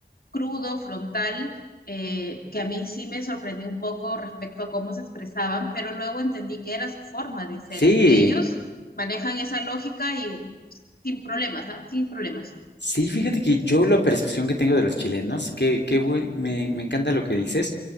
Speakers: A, on the left; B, on the left.
A: crudo, frontal. eh, que a mí sí me sorprendió un poco respecto a cómo se expresaban, pero luego entendí que era su forma de ser.
B: Sí,
A: Entre ellos manejan esa lógica y sin problemas, ¿ah? Sin problemas.
B: Sí, fíjate que yo la percepción que tengo de los chilenos, que, que bu- me, me encanta lo que dices,